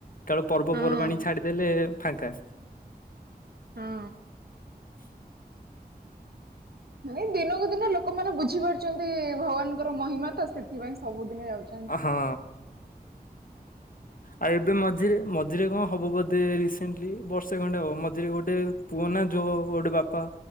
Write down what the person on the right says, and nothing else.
ହଁ
ହଁ।
ନାଇଁ ଦିନକୁ ଦିନ ଲୋକମାନେ ବୁଝିପାରୁଛନ୍ତି ଭଗବାନଙ୍କର ମହିମା ତ ସେଥିପାଇଁ ସବୁଦିନ ଯାଉଛି।